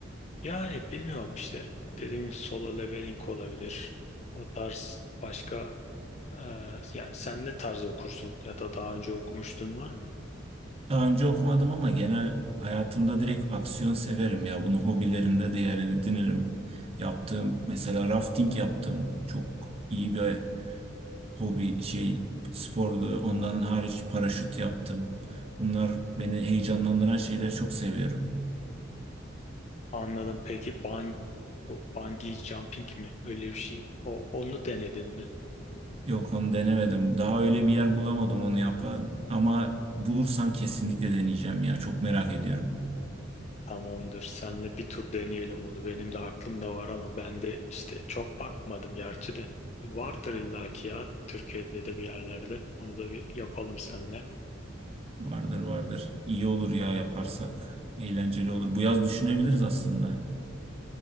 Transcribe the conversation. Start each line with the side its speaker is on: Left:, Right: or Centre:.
Left: Yani bilmiyorum işte. Dediğim gibi solo leveling olabilir. O tarz başka e, yani sen ne tarz okursun ya da daha önce okumuştun var mı?
Right: Daha önce okumadım ama genel hayatımda direkt aksiyon severim ya. Bunu hobilerimde de yer edinirim. Yaptığım mesela rafting yaptım. Çok iyi bir hobi şey spordu. Ondan hariç paraşüt yaptım. Bunlar beni heyecanlandıran şeyleri çok seviyorum.
Left: Anladım. Peki bang, bu bungee jumping mi? Öyle bir şey. O, onu denedin mi?
Right: Yok onu denemedim. Daha öyle bir yer bulamadım onu yapan ama bulursam kesinlikle deneyeceğim ya. Çok merak ediyorum.
Left: Tamamdır. Senle bir tur deneyelim onu. Benim de aklımda var ama ben de işte çok bakmadım gerçi de. Vardır illaki ya Türkiye'de de bir yerlerde. Onu da bir yapalım seninle.
Right: Vardır vardır. İyi olur ya yaparsak. Eğlenceli olur. Bu yaz düşünebiliriz aslında.